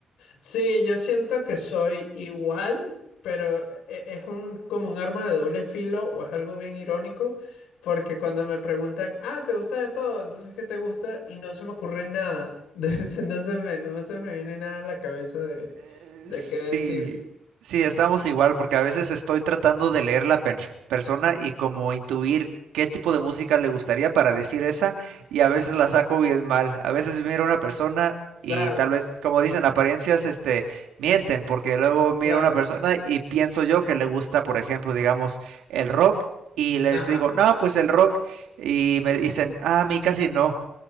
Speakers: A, on the left; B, on the right.
A: Sí, yo siento que soy igual, pero e- e, es un, como un arma de doble filo o es algo bien irónico, porque cuando me preguntan, ah, ¿te gusta de todo? Entonces, ¿qué te gusta? Y no se me ocurre nada. <laughs> De verdad, no se me, no se me viene nada a la cabeza de,
B: Eh,
A: de
B: Sí,
A: qué decir.
B: sí, estamos igual, porque a veces estoy tratando de leer la pers- persona y como intuir qué tipo de música le gustaría para decir esa, y a veces la saco bien mal. A veces miro a una persona y
A: Claro.
B: tal vez, como dicen, apariencias, este, mienten, porque luego miro
A: Claro,
B: a una persona y pienso yo que le gusta, por ejemplo, digamos, el rock, y les
A: ajá,
B: digo, no, pues el rock, y me dicen, ah, a mí casi no.